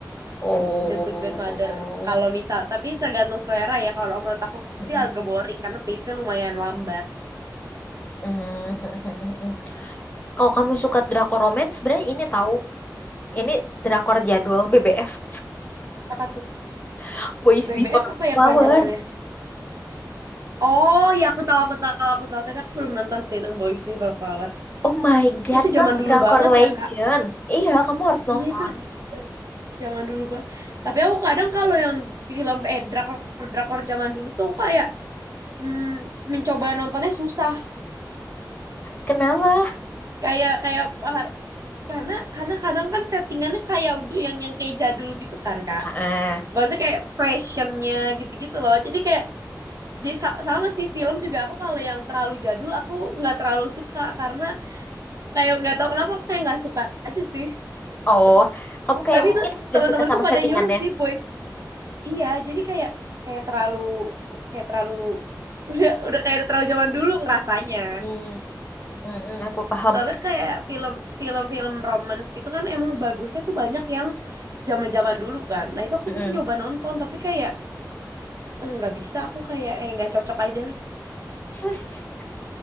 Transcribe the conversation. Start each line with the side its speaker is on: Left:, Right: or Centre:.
Left: Oh.
Right: The Good Bad Mother. Kalau misal, tapi tergantung selera ya. Kalau menurut aku
Left: Mm-mm.
Right: sih agak boring karena pace-nya lumayan lambat.
Left: Mm-mm. Kalau kamu suka drakor romance, sebenarnya ini tahu, ini drakor jadwal BBF,
Right: Apa tuh?
Left: <laughs> Boys Before
Right: BBF apa ya
Left: Flower.
Right: kepanjangannya? Oh ya aku tahu aku tahu aku tahu tapi aku belum nonton sih itu Boys Before Flower.
Left: Oh my God,
Right: Itu
Left: itu
Right: zaman dulu
Left: drakor
Right: banget
Left: legend.
Right: ya Kak.
Left: Iya, kamu harus nonton.
Right: Iya itu j- zaman dulu bang. Tapi aku kadang kalau yang film eh drakor drakor zaman dulu tuh aku kayak mm, mencoba nontonnya susah
Left: Kenapa?
Right: kayak kayak karena karena kadang kan settingannya kayak udah yang yang kayak jadul gitu kan kak
Left: Heeh.
Right: maksudnya kayak fashionnya gitu-gitu loh jadi kayak jadi sa- sama sih film juga aku kalau yang terlalu jadul aku nggak terlalu suka karena kayak nggak tahu kenapa aku kayak nggak suka aja sih
Left: Oh, kamu kayak
Right: tapi
Left: mungkin
Right: itu teman-temanku
Left: gak suka sama
Right: pada
Left: settingannya.
Right: nyuruh sih boys iya jadi kayak kayak terlalu kayak terlalu <laughs> udah udah kayak terlalu zaman dulu ngerasanya
Left: Hmm, mm, mm, aku paham.
Right: Soalnya kayak film film-film romance gitu kan emang bagusnya tuh banyak yang zaman-zaman dulu kan. Nah, itu aku
Left: Mm, mm.
Right: tuh nyoba nonton tapi kayak "Eh, nggak bisa aku kayak eh nggak cocok aja.
Left: <laughs>